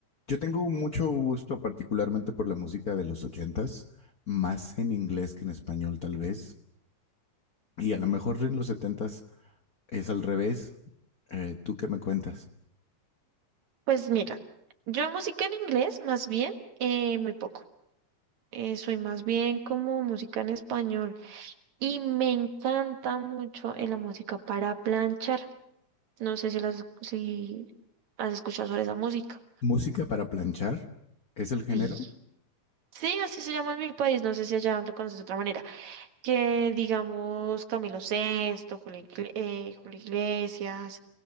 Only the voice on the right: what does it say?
Pues mira, yo música en inglés más bien, eh, muy poco. Eh, soy más bien como música en español y me encanta mucho eh, la música para planchar. No sé si, las, si has escuchado sobre esa música.
Sí. Sí, así se llama en mi país, no sé si allá lo conoces de otra manera. Que digamos Camilo Sesto, Julio, Igle- eh, Julio Iglesias,